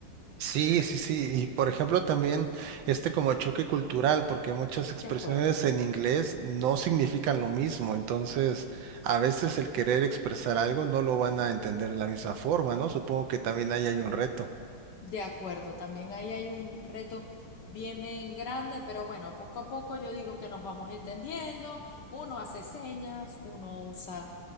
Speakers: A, on the right; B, on the left.
A: Sí, sí, sí. Y por ejemplo, también este como choque cultural, porque muchas expresiones
B: De acuerdo.
A: en inglés no significan lo mismo. Entonces, a veces el querer expresar algo no lo van a entender de la misma forma, ¿no? Supongo que también ahí hay un reto.
B: De acuerdo, también ahí hay un reto bien, bien grande, pero bueno, poco a poco yo digo que nos vamos entendiendo, uno hace señas, uno usa